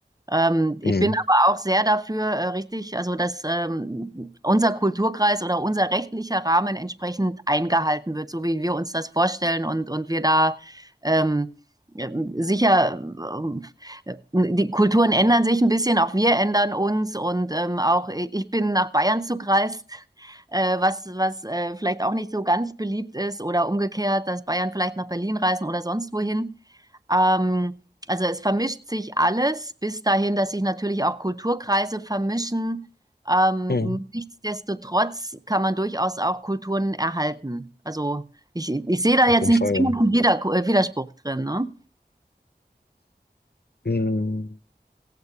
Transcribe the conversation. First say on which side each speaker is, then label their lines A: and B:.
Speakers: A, on the right; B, on the left.
A: Ähm, ich
B: Mhm.
A: bin aber auch sehr dafür, äh, richtig, also dass ähm, unser Kulturkreis oder unser rechtlicher Rahmen entsprechend eingehalten wird, so wie wir uns das vorstellen und, und wir da ähm, äh, sicher, äh, die Kulturen ändern sich ein bisschen, auch wir ändern uns und ähm, auch ich bin nach Bayern zugereist äh, was, was äh, vielleicht auch nicht so ganz beliebt ist oder umgekehrt, dass Bayern vielleicht nach Berlin reisen oder sonst wohin. Ähm, also es vermischt sich alles, bis dahin, dass sich natürlich auch Kulturkreise vermischen. Ähm,
B: Mhm.
A: nichtsdestotrotz kann man durchaus auch Kulturen erhalten. Also ich, ich sehe da
B: Auf
A: jetzt
B: jeden
A: nicht
B: Fall,
A: zwingend
B: ja.
A: einen Wider äh, Widerspruch drin, ne?
B: Mhm.